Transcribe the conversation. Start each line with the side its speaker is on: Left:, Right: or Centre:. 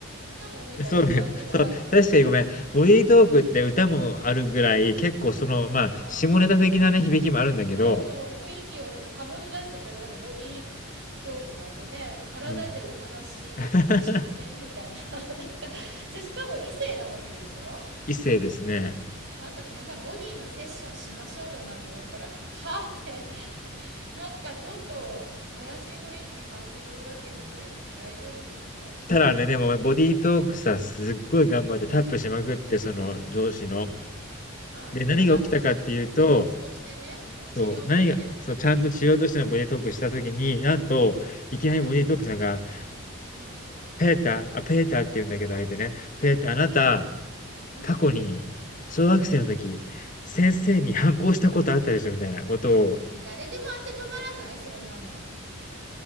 Right: いなのみたいな感じにならない
Left: そうだよ。そう、確かにごめん。ボディートークって歌もあるぐらい、結構その、まあ、
Right: う
Left: 下ネタ的なね、響きもあるんだけど
Right: ん。そうそう、雰囲気を、まあ、醸し出してんだけどなんかボディートークなんでね、体でお話ししませんみたいな。
Left: うん、うん。<laughs>
Right: <laughs> なんか、それしかも異性なわけでしょ
Left: 異性ですね。
Right: なんかそんなボディのセッションしましょうよなんて言われたら、はぁってなんかちょっと怪しい雰囲気感じそうだけど、大丈夫ですか
Left: ただあれでもボディートークさ、すっごい頑張ってタップしまくって、その上司の。
Right: あ、
Left: で、
Right: え、
Left: 何が起きたかっていうと、
Right: ちゃんとしたその施術としてね、うん、
Left: そう、
Right: 治療としてのタップ。
Left: 何がそう、ちゃんとしようとしてのボディートークした時に、なんと、いきなりボディートークさんが
Right: うん、うん、うん、
Left: ペーター、あ、ペーターって言うんだけど、相手ね。
Right: うん、
Left: ペーター、あなた、
Right: うん。うん
Left: 過去に、小学生の時、先生に反抗したことあったでしょみたいなことを。
Right: でも誰でも当てはまらないそんなの。